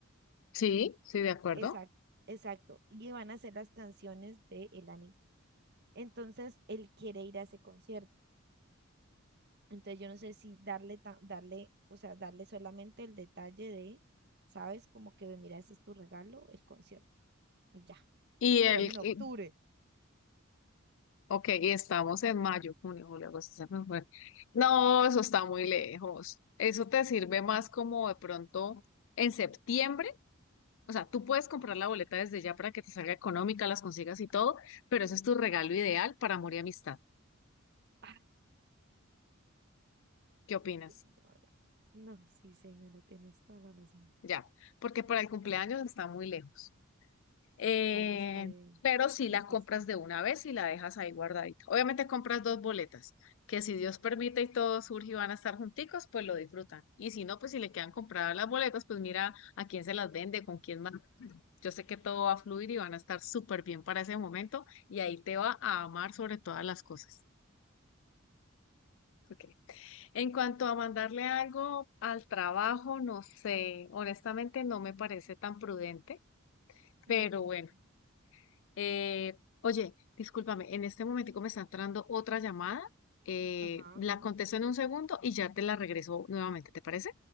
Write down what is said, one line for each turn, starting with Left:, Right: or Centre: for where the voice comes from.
Left: sí, sí, de acuerdo.
Right: Exacto, exacto. Y van a hacer las canciones del anime. Entonces él quiere ir a ese concierto. Entonces yo no sé si darle, ta- darle, o sea, darle solamente el detalle de, ¿sabes? Como que mira, ese es tu regalo, el concierto. Y ya.
Left: Y
Right: Pero
Left: el,
Right: es en octubre.
Left: y Ok, y estamos en mayo, junio, julio, agosto, septiembre, octubre. No, eso está muy lejos. Eso te sirve más como de pronto en septiembre. O sea, tú puedes comprar la boleta desde ya para que te salga económica, las consigas y todo, pero eso es tu regalo ideal para amor y amistad.
Right: Ah,
Left: ¿Qué opinas?
Right: señora. No, sí, señora, tienes toda la razón.
Left: Ya, porque para el cumpleaños está muy lejos. Eh,
Right: Vale, está bien.
Left: pero si
Right: Me
Left: la
Right: gusta.
Left: compras de una vez y la dejas ahí guardadita. Obviamente compras dos boletas, que si Dios permite y todo surge y van a estar junticos, pues lo disfrutan. Y si no, pues si le quedan compradas las boletas, pues mira a quién se las vende, con quién más. Yo sé que todo va a fluir y van a estar súper bien para ese momento y ahí te va a amar sobre todas las cosas. Ok. En cuanto a mandarle algo al trabajo, no sé, honestamente no me parece tan prudente.
Right: Ujú.
Left: Pero bueno. Eh, oye, discúlpame, en este momentico me está entrando otra llamada. eh,
Right: Ajá,
Left: la
Right: ajá.
Left: contesto en un segundo y ya te la regreso nuevamente, ¿te parece?